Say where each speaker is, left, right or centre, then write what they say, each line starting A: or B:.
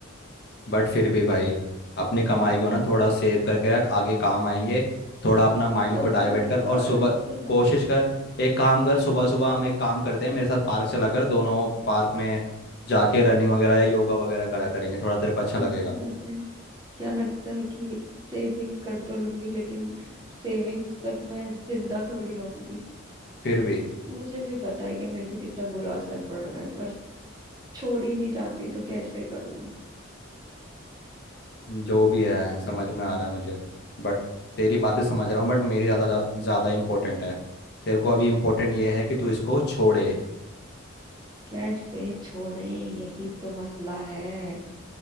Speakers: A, on the left (about 50°); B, on the right (about 20°).
A: बट फिर भी भाई अपनी कमाई को ना थोड़ा सेव करके रख आगे काम आएंगे थोड़ा अपना माइंड
B: बोतल
A: को डाइवर्ट कर
B: भी
A: और
B: यार
A: सुबह
B: अब तो लगता
A: कोशिश
B: है
A: कर एक काम कर सुबह सुबह हम एक काम करते हैं मेरे साथ पार्क चला कर दोनों पार्क में जाके रनिंग वगैरह या योगा वगैरह करा करेंगे थोड़ा तेरे को अच्छा
B: अब
A: लगेगा
B: तो लगता है क्या लगता है कि सेविंग कर तो लूंगी लेकिन सेविंग्स तक मैं जिंदा थोड़ी रहूंगी
A: फिर भी
B: मुझे भी पता है कि मेरे पे कितना बुरा असर पड़ रहा है पर छोड़ ही नहीं जाती तो कैसे करूं
A: जो भी है समझ में आ रहा है मुझे बट तेरी बात भी समझ रहा हूँ बट मेरी ज़्यादा ज़्यादा इम्पोर्टेंट है तेरे को अभी इम्पोर्टेंट ये है कि तू इसको छोड़े
B: कैसे छोड़े यही तो मसला है